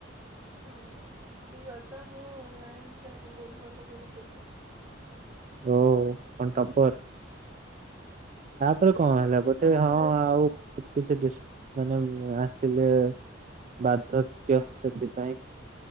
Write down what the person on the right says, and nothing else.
ଓଃ
କଣ ଟପ୍ପର? ତାପରେ
କଣ
ହେଲା, ବୋଧେ ହଁ ଆଉ କିଛି ଡିସ୍ ମାନେ ଆସିଲେ ବାର୍ଦ୍ଧକ୍ୟ ସେଥିପାଇଁ।